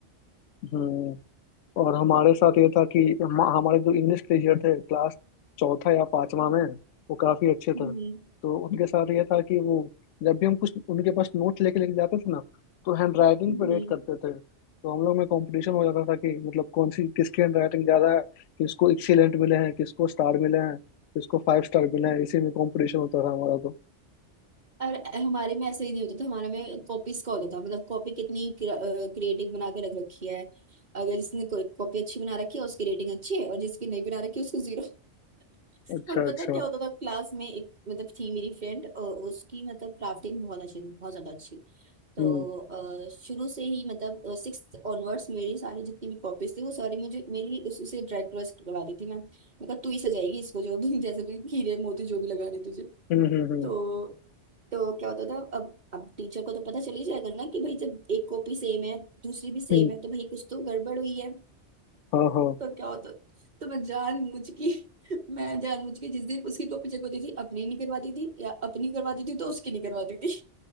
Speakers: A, on the left; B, on the right.
A: हम्म और हमारे साथ ये था कि हम, हमारे जो इंग्लिश टीचर थे क्लास चौथा या पांचवा में वो काफी अच्छे
B: हम्म
A: थे तो उनके साथ ये था कि वो जब भी हम कुछ उनके पास नोट्स लेके लेके जाते थे ना तो हैंड राइटिंग
B: हम्म
A: पे रेट करते थे तो हम लोग में कंपटीशन हो जाता था कि मतलब कौन सी किसकी हैंड राइटिंग ज्यादा है किसको एक्सीलेंट मिले हैं किसको स्टार मिले हैं किसको फाइव स्टार मिले हैं इसी में कंपटीशन होता था हमारा तो
B: और हमारे में ऐसा ही नहीं होता था हमारे में कॉपीज का होता था मतलब कॉपी कितनी क्रिएटिव बना के रख रखी है अगर जिसने कॉपी अच्छी बना रखी है उसकी रेटिंग अच्छी है और जिसकी नहीं बना रखी है उसको जीरो <laughs>
A: अच्छा
B: और पता
A: अच्छा
B: क्या होता था क्लास में एक मतलब थी मेरी फ्रेंड उसकी मतलब क्राफ्टिंग बहुत अच्छी थी बहुत ज्यादा अच्छी तो
A: हम्म
B: अ, शुरू से ही मतलब सिक्स ऑनवर्ड्स मेरी सारी जितनी भी कॉपीज थी वो सारी मुझे मेरी उस, उसे ड्राई क्रॉस करवा दी थी मैं मैं कहा तू ही सजाएगी इसको जो भी जैसे भी हीरे मोती जो भी लगाने तुझे।
A: हम्म हम्म हम्म
B: तो तो क्या होता था अब अब टीचर को तो पता चल ही जाएगा ना कि भाई जब एक कॉपी सेम है दूसरी भी सेम
A: हम्म,
B: है तो भाई कुछ तो गड़बड़ हुई है
A: हाँ हाँ
B: तो क्या होता तो मैं जानबूझ के <laughs> मैं जानबूझ के जिस दिन उसकी कॉपी चेक होती थी अपनी नहीं करवाती थी या अपनी करवाती थी तो उसकी नहीं करवाती थी